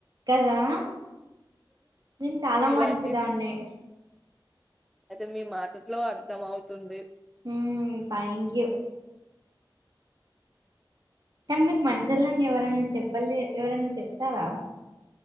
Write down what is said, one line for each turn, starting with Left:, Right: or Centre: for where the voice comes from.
Right: కదా నేను చాలా
Centre: మీలాంటి
Right: మంచిదాన్ని
Centre: అయితే మీ మాటట్లో అర్థం అవుతుంది
Right: ఉమ్ థ్యాంక్ యూ కానీ మీరు మంచిళ్ళండి ఎవరైనా చెప్పాలి ఎవరైనా చెప్తారా